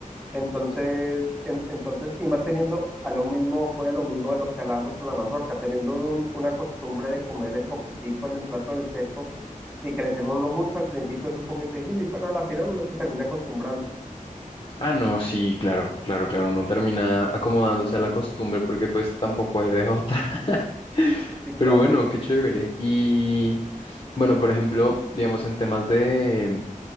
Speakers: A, in the centre; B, on the left (about 40°).
A: Entonces, en- entonces, y más teniendo a lo mismo, voy a lo mismo de lo que hablábamos con la mazorca, teniendo uno un- una costumbre de comer el poquitico en el plato del seco y que le sirva a uno mucho, al principio es un poquito difícil, pero a la final uno se termina acostumbrando.
B: Ah, no, sí, claro, claro, claro, uno termina acomodándose a la costumbre porque pues tampoco hay de otra. <laughs>
A: Sí, claro.
B: Pero bueno, qué chévere. Y bueno, por ejemplo, digamos en temas de,